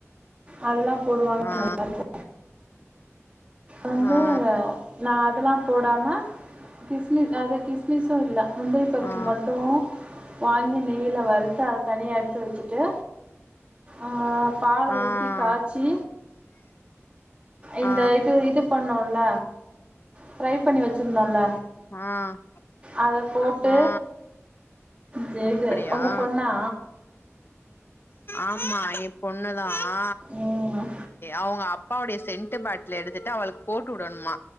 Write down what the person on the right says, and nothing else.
அதெல்லா போடுவாங்க
நல்லாருக்கு வந்து
நா அதெல்லா போடாம கிஸ்மி அத கிஸ் மிசு இல்ல முந்தரி பருப்பு
மட்டு வாங்கி நெய் வறுத்து அத தனியா எடுத்து வச்சுட்டு ஆஹ் பால
ஊத்தி காச் சி இந்த
இது இது பண்ணோல ஃப்ரை பண்ணி வச்சிருந்தோல
அத போட்டு
ஜேது
உங்க பொண்ணா
ம்